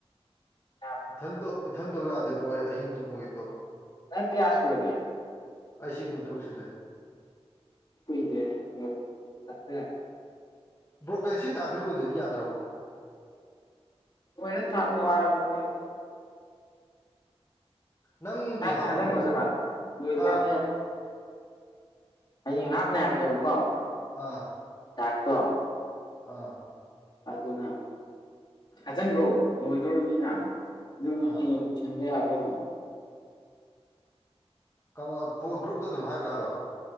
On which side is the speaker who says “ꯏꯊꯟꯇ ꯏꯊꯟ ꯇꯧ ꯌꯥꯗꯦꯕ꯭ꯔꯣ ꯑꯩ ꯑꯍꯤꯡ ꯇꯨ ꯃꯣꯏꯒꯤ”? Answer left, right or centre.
Left